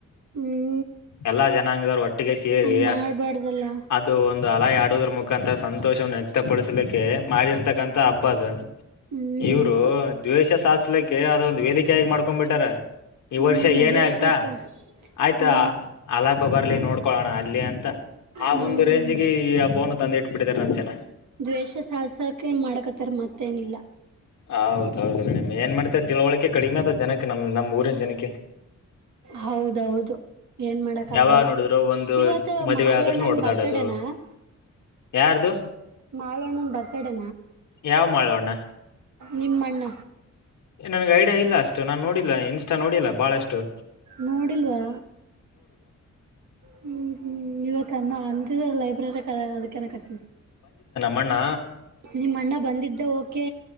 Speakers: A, on the right (about 75°); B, on the left (about 80°).
A: ಹ್ಮ್
B: ಎಲ್ಲಾ ಜನಾಂಗದವರು ಒಟ್ಟಿಗೆ ಸೇರಿ
A: ಹಂಗ ಮಾಡ್ಬಾರ್ದಲ್ಲ
B: ಅದು ಒಂದು ಅಲ ಆಡೋುದ್ರ ಮುಖಾಂತ ಸಂತೋಷವನ್ನು ವ್ಯಕ್ತಪಡಿಸ್ಲಿಕ್ಕೆ ಮಾಡಿರ್ತಕ್ಕಂಥ ಹಬ್ಬ ಅದ
A: ಹ್ಮ್
B: ಇವರು ದ್ವೇಷ ಸಾಧ್ಲಿಕ್ಕೆ ಅದೊಂದು ವೇದಿಕೆೆಯಾಗಿ ಮಾಡ್ಕೊ್ ಬಿಟ್ಟಾರ ಈ
A: ಹ್ಮ್
B: ವರ್ಷ ಏನೇ
A: ದ್ವೇಷಸ
B: ಆಗ್ತಾ ಆಯ್ತಾ
A: ಹಾ
B: ಅಲ ಹಬ್ಬ ಬರ್ಲಿ ನೋಡ್ಕೊೊಳ್ಳೋಣ ಅಲ್ಲಿ ಅಂತ ಆ
A: ಹ್ಮ್
B: ಒಂದು ರೇಂಜ್ಗೆ ಈಬ್ಬೋನ ತಂದು ಇಟ್ಬಟ್ಟಿದ ನ್ನ
A: ದ್ವೇಷ ಸಾಸಕ ಮಾಡಕತ್ತಾರ ಮತ್ತೇನಿಲ್ಲ
B: ಹೌದೌದು ಮೇಡಮ್ ಏನ್ ಮಾಡ್ತ ತಿಳುವಳಿಕೆ ಕಡಿಮೆ ಅದ ಜನಕ್ಕೆ ನಮ್ ನಮ್ಮ್ ಊರಿನ ಜನಕ್ಕೆ
A: ಹೌದೌದು ಏನ್ ಮಾಡಕ್
B: ಯಾವಾಗ
A: ಆಗಲ್ಲ
B: ನೋಡಿದ್ರು ಒಂದು
A: ಇವತ್ತು
B: ಮದುವೆ
A: ಮಾರು
B: ಆದ್ರೂನು
A: ಅಣ್ಣನ್
B: ಹೊಡೆದಾಡೋದು
A: ಬರ್ತಡನಾ ಹಾ
B: ಯಾರ್ದು
A: ಮಾಳುಣ ಬರ್ತಡೇ
B: ಯಾವ ಮಾಡೋಣ
A: ನಿಮ್ಮಣ್ಣ
B: ನನ್ಗೆ ಐಡಿಯಾ ಇಲ್ಲ ಅಷ್ಟು ನಾನ್ ನೋಡಿಲ್ಲ ಇನ್ಸ್ಟಾ ನೋಡಿಲ್ಲ ಬಾಳ ಅಷ್ಟು
A: ನೋಡಿಲ್ವಾ ಹ್ಮ್್ಮ ಇವತ್ತು ಅನ್ನ ಅಜಿದ ಲೈಬ್ರರಿ ಅದಕ್ಕೆನ ಕಟ್ಟನ
B: ಮನ್ನ
A: ನಿಮ್ಮ ಅಂಡ್ಣ ಬಂದಿದ್ದೆ ಓಕೆ